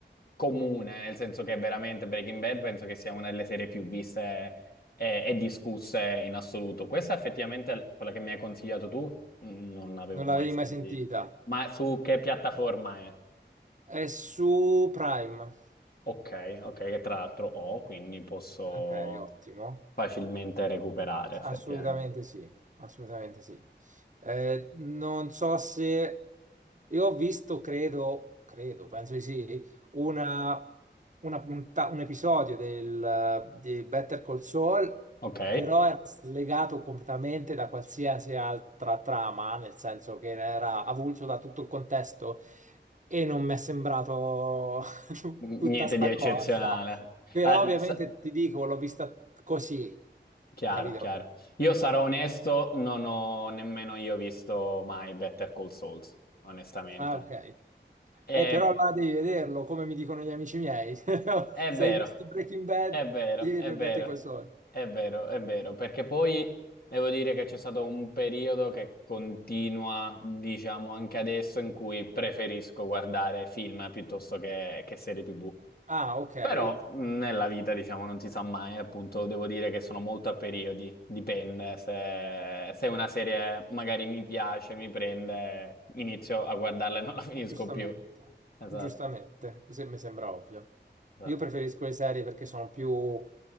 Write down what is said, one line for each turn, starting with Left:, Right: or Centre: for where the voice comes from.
Left: comune, nel senso che veramente Breaking Bad penso che sia una delle serie più viste e, e discusse in assoluto. Questa effettivamente, quella che mi hai consigliato tu, mh, non avevo
Right: Non
Left: mai
Right: l'avevi
Left: sentito.
Right: mai sentita?
Left: Ma su che piattaforma è?
Right: È su Prime.
Left: Ok, ok, che tra l'altro ho, quindi posso
Right: Ok, ottimo.
Left: facilmente recuperare effettivamente.
Right: Assolutamente sì, assolutamente sì. Eh, non so se Io ho visto, credo, credo, penso di sì, una, una punta- un episodio del, di Better Call Saul,
Left: Ok,
Right: però era slegato completamente da qualsiasi altra trama, nel senso che era avulso da tutto il contesto e non mi è sembrato <laughs> tu-
Left: N-
Right: tutta
Left: niente
Right: sta
Left: di eccezionale.
Right: cosa. Però
Left: Ah,
Right: ovviamente
Left: sa-
Right: ti dico, l'ho vista così,
Left: Chiaro,
Right: capito?
Left: chiaro. Io sarò onesto, non ho nemmeno io visto mai Better Call Souls, onestamente.
Right: Ah, ok.
Left: E-
Right: Eh, però allora devi vederlo, come mi dicono gli amici miei. <laughs> Se
Left: è vero,
Right: hai visto Breaking Bad,
Left: è vero,
Right: devi vedere
Left: è vero,
Right: Better Call Saul.
Left: è vero, è vero, perché poi devo dire che c'è stato un periodo che continua, diciamo, anche adesso in cui preferisco guardare film piuttosto che, che serie TV.
Right: Ah, ok.
Left: Però mh, nella vita, diciamo, non si sa mai, appunto, devo dire che sono molto a periodi, dipende, se, se una serie magari mi piace, mi prende, inizio a guardarla e non la <laughs> finisco
Right: Giustamente.
Left: più. Esatto,
Right: Giustamente. Se- mi sembra ovvio.
Left: esatto.
Right: Io preferisco le serie perché sono più...